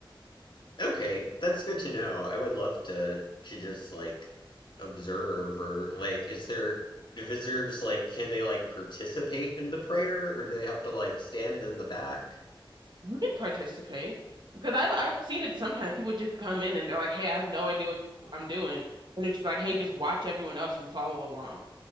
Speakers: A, on the left; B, on the right.
A: Okay, that's good to know. I would love to to just like observe or like is there do visitors like can they like participate in the prayer or do they have to like stand in the back?
B: You can participate because I've I've seen it sometimes. People just come in and they're like, "Hey, I have no idea what I'm doing," and they're just like, "Hey, just watch everyone else and follow along."